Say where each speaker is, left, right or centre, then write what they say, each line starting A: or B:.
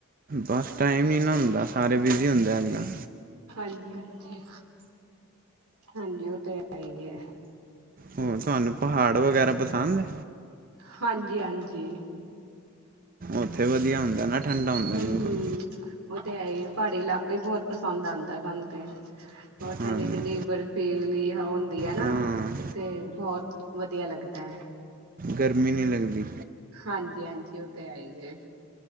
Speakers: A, on the right (about 40°); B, on the right (about 85°).
A: ਬਸ ਟਾਈਮ ਨੀ ਨਾ ਹੁੰਦਾ ਸਾਰੇ ਬ ਬਿਜ਼ੀ ਹੁੰਦੇ ਹੈ ਨਾ, ਅੱਜ ਕੱਲ
B: ਹਾਂਜੀ ਹਾਂਜੀ ਹਾਂਜੀ, ਔ ਤੇ ਹੈ ਹੀ ਐ।
A: ਹੋਰ ਤੁਹਾਨੂੰ ਪਹਾੜ ਵਗੈਰਾ ਪਸੰਦ ਨੇ।
B: ਹਾਂਜੀ ਹਾਂਜੀ
A: ਉੱਥੇ ਵਧੀਆ ਹੁੰਦਾ ਨਾ ਠੰਡਾ ਹੁੰਦਾ
B: ਹੂ
A: ਮੌਸਮ
B: ਹੂ ਔ ਤੇ ਹੈ ਹੀ ਐ, ਪਹਾੜੀ ਇਲਾਕੇ ਬਈ ਬਹੁਤ ਪਸੰਦ ਆਉਂਦਾ ਸਨ ਤੇ। ਬਰ
A: ਹਾਂਜੀ
B: ਠੰਡੀ ਠੰਡੀ ਬਰਫ਼ ਹੁੰਦੀ ਹੁੰਦੀ ਹੈ
A: ਹਾਂ
B: ਨਾ ਤੇ ਬਹੁਤ ਵਧੀਆ ਲੱਗਦਾ ਹੈ।
A: ਗਰਮੀ ਨਹੀਂ ਲੱਗਦੀ।
B: ਹਾਂਜੀ ਹਾਂਜੀ ਉਹ ਤੇ ਹੈ ਹੀ ਐ।